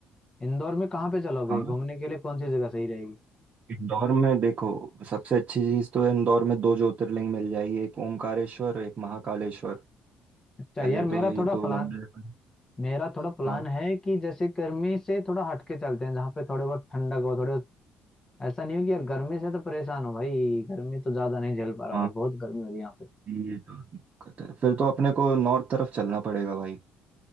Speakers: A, on the left; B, on the right.
A: इंदौर में कहाँ पे चलोगे
B: हाँ
A: घूमने के लिए कौन सी जगह सही रहेगी
B: इंदौर में देखो सबसे अच्छी चीज़ तो है इंदौर में दो ज्योतिर्लिंग मिल जाएगी एक ओमकारेश्वर और एक महाकालेश्वर
A: अच्छा
B: पहले
A: यार मेरा
B: तो ये
A: थोड़ा
B: दो
A: प्लान
B: मंदिर हैं।
A: मेरा थोड़ा प्लान
B: हाँ
A: है कि जैसे गर्मी से थोड़ा हटके चलते हैं जहाँ पे थोड़े बहुत ठंडक हो थोड़े ऐसा नहीं हो कि यार गर्मी से तो परेशान हो भाई गर्मी तो ज्यादा नहीं झेल पा रहा
B: हाँ
A: भाई बहुत गर्मी हो रही है यहाँ पे
B: ये तो दिक्कत है। फिर तो अपने को नॉर्थ तरफ चलना पड़ेगा भाई